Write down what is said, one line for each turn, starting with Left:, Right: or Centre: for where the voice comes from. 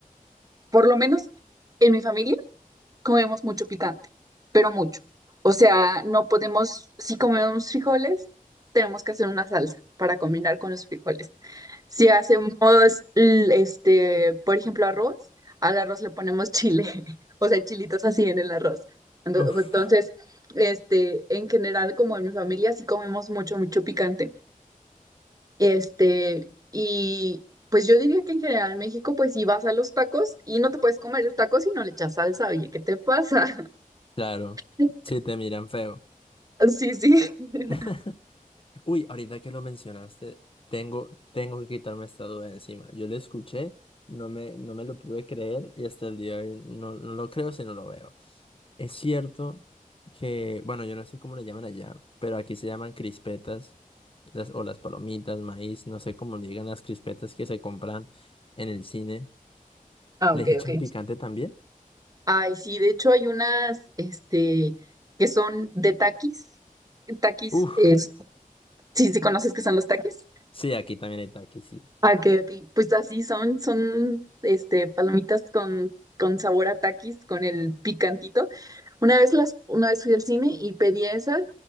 Right: por lo menos en mi familia. comemos mucho picante, pero mucho. O sea, no podemos, si comemos frijoles, tenemos que hacer una salsa para combinar con los frijoles. Si hacemos, l- este, por ejemplo, arroz, al arroz le ponemos chile, <laughs> o sea, chilitos así en el arroz. Ento-
Left: Uf,
Right: pues, Entonces, este, en general, como en mi familia, sí comemos mucho, mucho picante. Este, y pues yo diría que en general en México, pues si vas a los tacos y no te puedes comer el taco si no le echas salsa, oye, ¿qué te pasa?
Left: claro.
Right: <laughs>
Left: Sí, te miran feo.
Right: Sí, sí. <laughs>
Left: <laughs> Uy, ahorita que lo mencionaste, tengo, tengo que quitarme esta duda de encima. Yo lo escuché, no me, no me lo pude creer y hasta el día de hoy no, no lo creo si no lo veo. Es cierto que, bueno, yo no sé cómo le llaman allá, pero aquí se llaman crispetas las, o las palomitas, maíz, no sé cómo le digan las crispetas que se compran en el cine.
Right: Ah,
Left: ¿Les
Right: ok,
Left: echan
Right: ok.
Left: picante también?
Right: Ay, sí, de hecho hay unas, este, que son de taquis. Taquis,
Left: Uf,
Right: es, sí, sí conoces que son los taquis.
Left: sí, aquí también está, aquí sí.
Right: Ah, ok, ok. Pues así son, son, este, palomitas con, con sabor a taquis, con el picantito. Una vez las, una vez fui al cine y pedí esas,